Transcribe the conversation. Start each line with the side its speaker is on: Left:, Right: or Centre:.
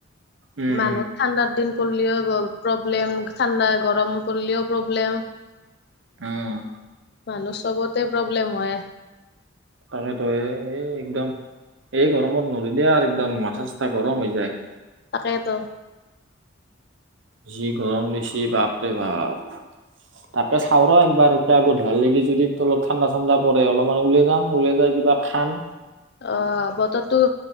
Right: উম
Left: মানুহ ঠাণ্ডাৰ দিন পল্লিও প্ৰব্লেম, ঠাণ্ডা, গৰম পল্লিও প্ৰব্লেম।
Right: অ'।
Left: মানুহ চবতে প্ৰব্লেম হয়।
Right: তাকেতো এ, এই একদম, এই গৰমত নৰি দে আৰ একদম। মাথা চাথা গৰম হৈ যায়।
Left: তাকেতো।
Right: যি গৰম দিছি, বাপৰে বাপ। তাকে চাওঁ ৰ', একবাৰ। ইটা গধলাল লেগি যদি তলত ঠাণ্ডা ঠাণ্ডা পৰে, অলপমান উলে যাম। উলে যাই কিবা খাম।
Left: অ', বতৰটো।